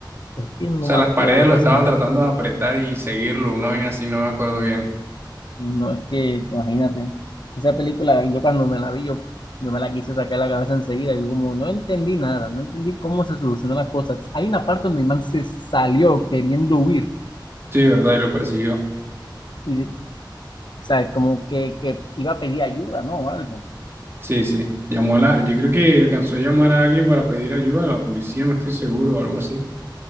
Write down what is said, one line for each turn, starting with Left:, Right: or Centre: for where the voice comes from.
Left: es que no
Right: sea,
Left: me
Right: las
Left: acuerdo
Right: paredes
Left: casi
Right: lo estaban
Left: nada.
Right: tratando de apretar y seguirlo, una vaina así, no me acuerdo bien.
Left: No es que, imagínate, esa película, yo cuando me la vi, yo, yo me la quise sacar de la cabeza enseguida. Yo como no entendí nada, no entendí cómo se solucionan las cosas. Hay una parte donde el man se salió queriendo huir
Right: Sí, ¿verdad? Y lo persiguió.
Left: y, o sea, como que, que iba a pedir ayuda, ¿no? O algo.
Right: Sí, sí. Llamó a la, yo creo que alcanzó a llamar a alguien para pedir ayuda a la policía, no estoy seguro, o algo así.